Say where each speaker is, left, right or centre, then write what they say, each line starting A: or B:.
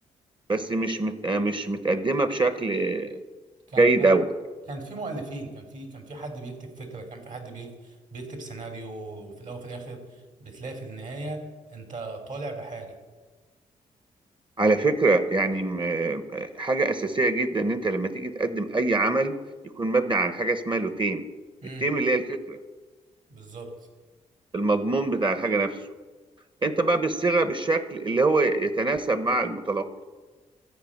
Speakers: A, on the right; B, on the right.
A: بس مش مت... مش متقدمة بشكل
B: كان
A: جيد
B: كان
A: أوي
B: كان في مؤلفين كان في كان في حد بيكتب فكرة كان في حد بيك- بيكتب سيناريو وفي الأول وفي الآخر بتلاقي في النهاية أنت طالع بحاجة
A: على فكرة يعني م- حاجة أساسية جدا إن أنت لما تيجي تقدم أي عمل يكون مبني عن حاجة اسمها له تيم
B: امم
A: التيم اللي هي الفكرة
B: بالظبط
A: المضمون بتاع الحاجة نفسه أنت بقى بالصيغة بالشكل اللي هو يتناسب مع المتلقي